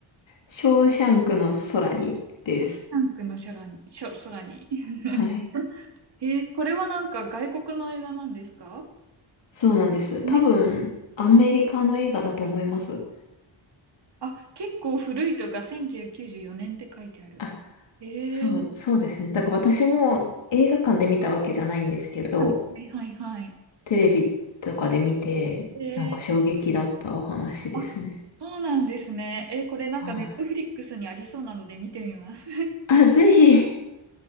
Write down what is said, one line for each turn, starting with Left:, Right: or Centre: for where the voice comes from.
Left: ショーシャンクの空にです。
Right: ショーシャンクの空に、しょ、空に。<laughs>
Left: はい。
Right: えーこれはなんか外国の映画なんですか
Left: そうなんです。
Right: ね。
Left: 多分、アメリカの映画だと思います。
Right: あ、結構古いとか1994年って書いてある。
Left: あ、
Right: えー、
Left: そう、そうですね。だから私も映画館で見たわけじゃないんですけど、
Right: はいはいはい。
Left: テレビとかで見て、
Right: えー、
Left: なんか衝撃だったお話ですね。
Right: あ、そうなんですね。えーこれなんかネットフリックスにありそうなので見てみます。
Left: はい。あ、ぜひ。